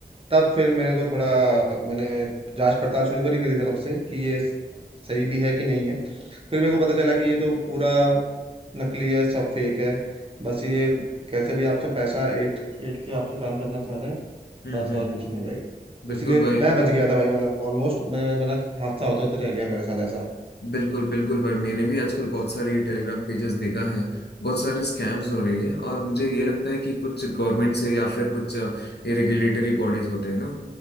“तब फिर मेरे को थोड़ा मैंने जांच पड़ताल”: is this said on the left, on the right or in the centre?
Right